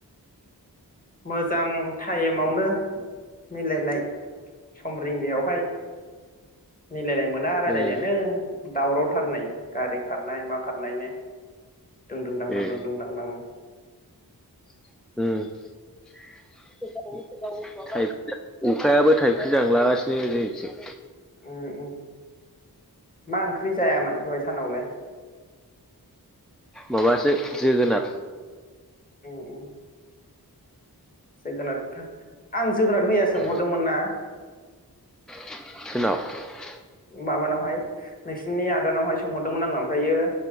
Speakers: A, on the left; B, in the centre.
A: मोजां टाइमावनो मिलायनाय सम रिंगायावहाय। रायज्लायनो मोना रायज्लायनोनो
B: उम
A: दावरावथार नै गारि खारनाय मा खारनाय नो। दुं दुं दां दां
B: ए
A: दुं दुं दां दां
B: <inaudible> उम <unintelligible> थाइ अखायाबो थाइफसे जांलागासिनो जों थिं
A: उम उम मा ओंख्रि जायामोन दहाय सानावलाय?
B: माबासो जोगोनार
A: उम उम जोगोनार <unintelligible> आं जोगोनार मैया सोंहरदोंमोन
B: उम
A: ना?
B: <unintelligible>
A: माबानावहाय नोंसिनि आदानावहाय सोंहरदोंमोन आङो ओमफायो